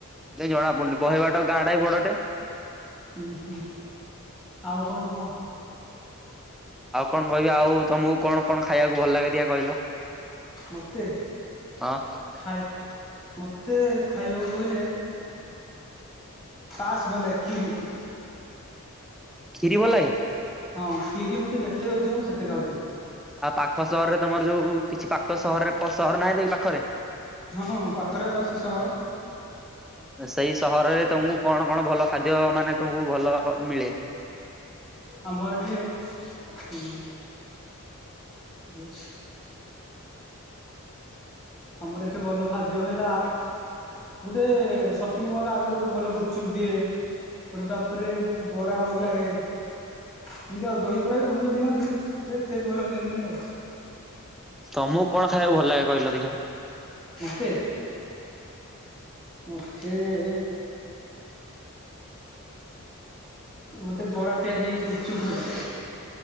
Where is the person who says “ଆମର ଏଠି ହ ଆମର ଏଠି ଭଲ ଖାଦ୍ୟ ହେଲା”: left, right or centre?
Left